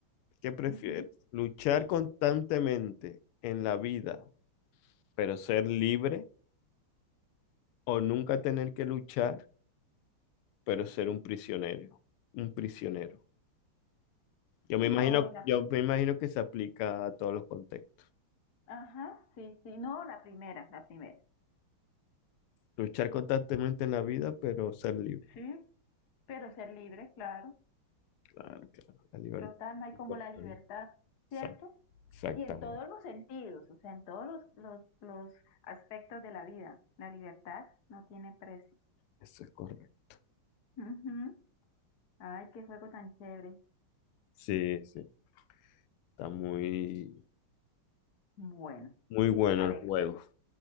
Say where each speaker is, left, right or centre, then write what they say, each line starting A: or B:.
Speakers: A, on the left (about 85°); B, on the left (about 55°).
A: ¿Qué prefieres?
B: Ujú.
A: ¿Luchar constantemente en la vida, pero ser libre? ¿O nunca tener que luchar, pero ser un prisionero? Un prisionero. Yo me
B: No,
A: imagino,
B: y la,
A: yo me imagino que se aplica a todos los contextos.
B: ajá, sí, sí, no, la primera, la primera.
A: Luchar constantemente en la vida, pero ser libre.
B: Sí, pero ser libre, claro.
A: Claro, claro. La libertad
B: Total, no hay
A: es importante.
B: como la libertad, ¿cierto?
A: Exact- Exactamente.
B: Y en todos los sentidos, o sea, en todos los, los, los aspectos de la vida, la libertad no tiene precio.
A: Eso es correcto.
B: Ujú. Ay, qué juego tan chévere.
A: Sí, sí. Está muy,
B: Bueno,
A: muy bueno
B: a
A: el
B: ver,
A: juego.